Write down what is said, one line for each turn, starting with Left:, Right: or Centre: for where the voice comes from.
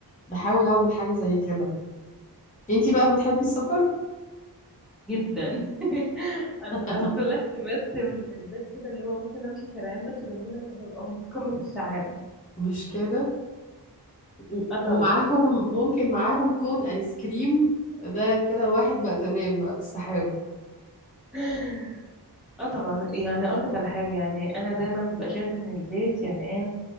Left: بحاول اعمل حاجة زي كده انتي بقى بتحبي السفر
Centre: جدا <laughs> أنا
Left: <laughs>
Centre: لو طلعت بس من البيت كده اللي هو ممكن أمشي شارعين بس جنبنا ببقى في قمة السعادة
Left: مش كده و-
Centre: أه
Left: ومعاهم
Centre: طبعا
Left: ممكن معاهم كون ايس كريم ده كده واحد بقى تمام بقى في السحاب
Centre: <laughs> اه طبعا يعني اقول لك على حاجه يعني انا دايما ببقى شايفه ان البيت يعني ايه